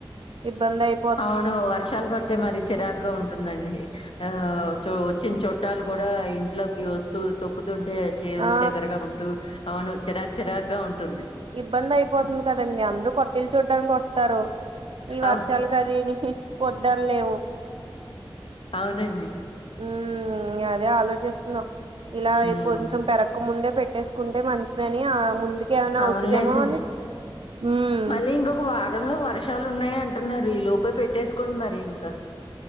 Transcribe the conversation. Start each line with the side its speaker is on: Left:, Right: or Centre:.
Right: ఇబ్బంది అయి
Left: అవును వర్షాలు పడితే మరి చిరాకుగా ఉంటుందండి ఆ చో వచ్చిన చుట్టాలు కూడా ఇంట్లోకి వస్తూ తొక్కుతుంటే చే
Right: ఆ
Left: చేదరగా ఉంటూ అవును చిరాకు చిరాకుగా ఉంటుంది
Right: ఇబ్బంది అయిపోతుంది కదండి అందరు కొత్తిలు చూడ్డానికి వస్తారు ఈ వర్షాలు
Left: అవును
Right: ఇంక దీనికి వద్దనలేము
Left: అవునండి
Right: మ్మ్ ఇంగ అదే ఆలోచిస్తున్నాం ఇలా
Left: హ్మ్.
Right: కొంచెం పెర క ముందే పెట్టేసుకుంటే మంచిదని ఆ ముందుకి ఏదనా
Left: అవునులేండి.
Right: అవుతదేమో అని మ్మ్
Left: మళ్ళీ ఇంకొక వారంలో వర్షాలు ఉన్నాయి అంటున్నారు ఈ లోపే పెట్టేసుకోండి మరి ఇంకా